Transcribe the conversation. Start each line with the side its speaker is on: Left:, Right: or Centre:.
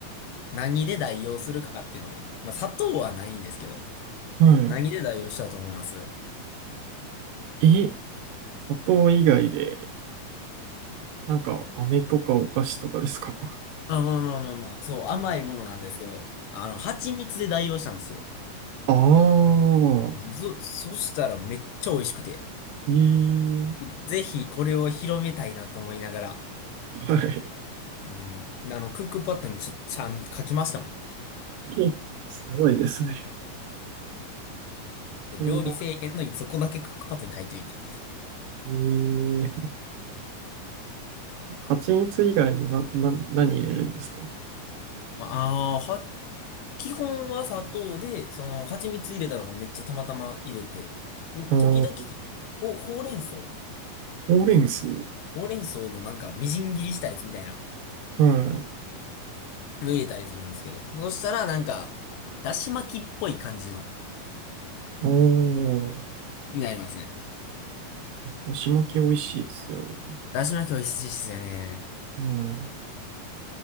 Left: 何で代用するかっていうので、まあ、砂糖はないんですけど、
Right: は
Left: 何で代用したと思います
Right: い。え、砂糖以外で、なんか、飴とかお菓子とかですか
Left: あ、まあまあまあまあ、そう、甘いものなんですけど、あの、蜂蜜で代用したんですよ。
Right: ああ、
Left: そ、そしたらめっちゃ美味しくて、
Right: ええ、
Left: ぜひこれを広めたいなと思いながら、
Right: はい。
Left: うん、あの、クックパッドにちょ、ちゃんと書きましたもん。
Right: <laughs> すごいですね。
Left: そう料理せえへんのにそこだけクックパッドに書いといて。
Right: そんな、ええ蜂蜜以外にな、な、何入れるんですか
Left: まあ、あーは、基本は砂糖で、その、蜂蜜入れたのがめっちゃたまたま入れて、うん時々その、
Right: ああ、ほ
Left: ほ、ほうれん草ほ
Right: うれん草。
Left: うれん草のなんかみじん切りしたやつみたいな
Right: はい。
Left: の入れたりするんですけど、そしたらなんか、だし巻きっぽい感じの、
Right: ああ、
Left: になりますね。
Right: だし巻き美味しいですよね。
Left: だし巻き美味しいですよね。
Right: はい。